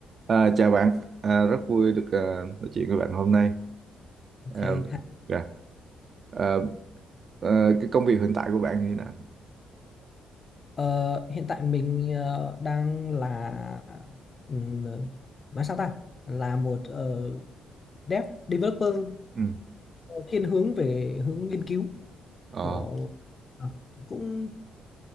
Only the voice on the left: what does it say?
Ok.
ha.
Ờ, hiện tại mình ờ, đang là ừm, nói sao ta? Là một ờ, dev developer
ờ, thiên hướng về hướng nghiên cứu
của à, cũng